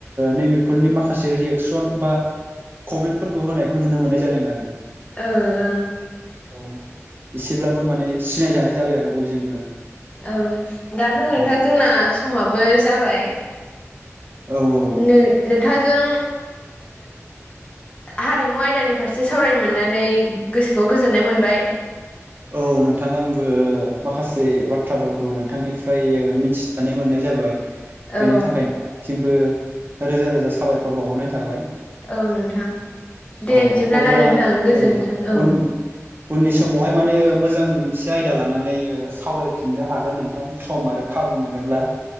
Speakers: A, on the right; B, on the left.
A: नै बेफोरनि माखासे रिएकसन बा कमेन्टफोरखौ होनायखौ नुनो मोननाय जादों आरो
B: ओं
A: औ एसेब्लाबो माने सिनायजानाय जाबाय आरो बयजोंबो
B: औ दाथ' नोंथां
A: औ
B: जोंना समाबो जाबाय
A: औ औ
B: नों नोंथांजों हारिमु आयदानि फारसे सावरायनो मोननानै गोसोखौ गोजोननाय मोनबाय
A: औ नोंथां आंबो माखासे बाथ्राफोरखौ नोंथांनिफ्राय मिथि नानै मोननाय जाबाय
B: औ
A: बेनि थाखाय नोंथांनिसिमबो रोजा रोजा साबायखर बावहरनाय थाबाय
B: औ नोंथां दे
A: औ
B: बिदिब्लाना
A: अब्ला
B: नोंथां गोजोनथों
A: औ
B: औ
A: उन उननि समावहाय मा माने मोजां मोनसे आयदा लानानै ओ सावरायफिननो हागोन नोंथां सम आरो खाबु मोनोब्ला <inaudible>